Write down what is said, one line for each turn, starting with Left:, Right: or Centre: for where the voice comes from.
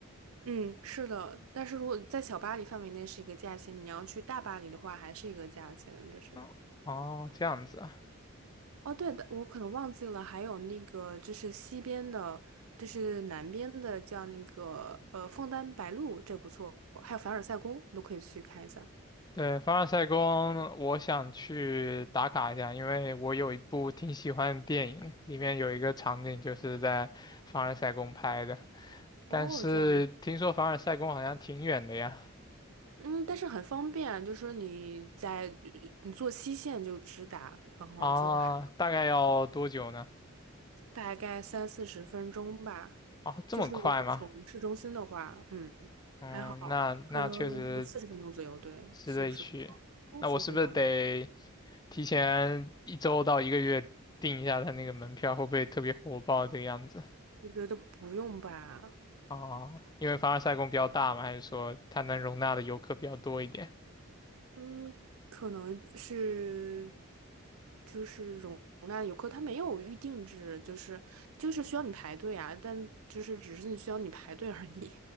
Right: 嗯，是的。但是如果在小巴黎范围内是一个价钱，你要去大巴黎的话还是一个价钱，就是。
Left: 嗯哦，这样子啊。
Right: 哦，对的，我可能忘记了，还有那个就是西边的，就是南边的叫那个呃枫丹白露，这不错，还有凡尔赛宫都可以去看一下。
Left: 对，凡尔赛宫，我想去打卡一下，因为我有一部挺喜欢的电影，里面有一个场景就是在凡尔赛宫拍的。
Right: 哦，
Left: 但是听说凡尔赛宫好像挺远的呀。
Right: 这样嗯，但是很方便，就是说你在你坐西线就直达，然后就还
Left: 啊，大概要多久呢？
Right: 大概三四十分钟吧。
Left: 啊，这么快吗？
Right: 就是如果从市中心的话，嗯，
Left: 嗯，
Right: 还好，
Left: 那那确实
Right: 可能就四十分钟左右，对，
Left: 之类去。
Right: 四五十分钟，
Left: 那我是不是得
Right: 四十分钟，
Left: 提前一周到一个月订一下他那个门票，会不会特别火爆这个样子
Right: 我觉得不用吧。
Left: 啊？因为凡尔赛宫比较大嘛，还是说它能容纳的游客比较多一点？
Right: 嗯，可能是就是容纳游客，他没有预定制，就是就是需要你排队啊，但就是只是你需要你排队而已。